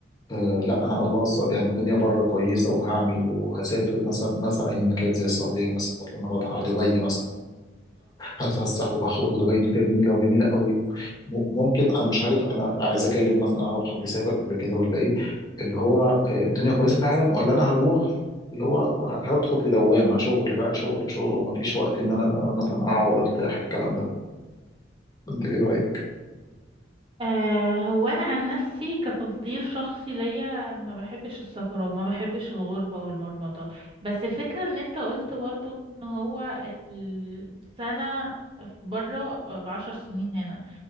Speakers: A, on the left (about 20°); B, on the right (about 30°).
A: آه لا انا الله ص-
B: مم.
A: يعني الدنيا بره كويسه وهعمل وهسافر مثلا مثلا اي مكان زي السعوديه مثلا الامارات هروح دبي مثلا هتفسح وهخرج ودبي دي جميله وجميله قوي م- ممكن انا مش عارف انا عايز اكلم مثلا اعرف حد سافر قبل كده ولا ايه اللي هو آه، الدنيا كويسه فعلا ولا انا هروح اللي هو ه- هدخل في دوامه شغل بقى شغل شغل ومفيش وقت ان انا مثلا اقعد ارتاح الكلام ده انت ايه رايك؟
B: آه هو انا عن نفسي كتفضيل شخصي ليا ما بحبش السفر وما بحبش الغربة والمرمطة بس الفكرة ان انت قلت برضو ان هو السنة بره بعشر سنين هنا